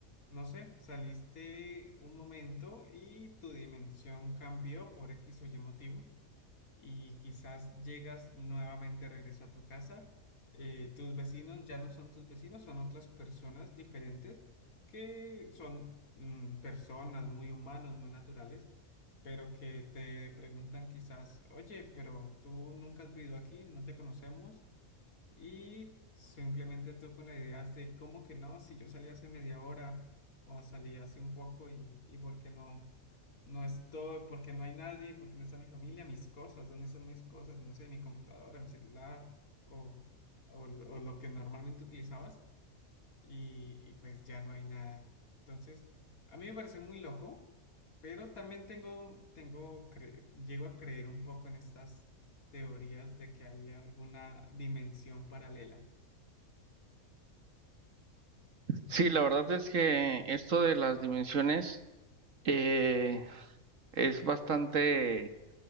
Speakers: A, on the left (about 85°); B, on the right (about 65°).
A: no sé, saliste un momento y tu dimensión cambió por X o Y motivo. y quizás llegas nuevamente, regreso a tu casa, eh, tus vecinos ya no son tus vecinos, son otras personas diferentes que son mm, personas muy humanos, muy naturales, pero que te preguntan quizás, oye, pero tú nunca has vivido aquí, no te conocemos. Y simplemente tú con la idea de cómo que no, si yo salí hace media hora o salí hace un poco y, y por qué no, no estoy, porque no hay nadie, porque no está mi familia, mis cosas, ¿dónde están mis cosas? No sé, mi computadora, mi celular o, o, lo o lo que normalmente utilizabas y, y pues ya no hay nada. Entonces, a mí me parece muy loco, pero también tengo, tengo, cre- llego a creer un poco en estas teorías de que hay alguna dimensión paralela.
B: Sí, la verdad es que esto de las dimensiones eh, es bastante...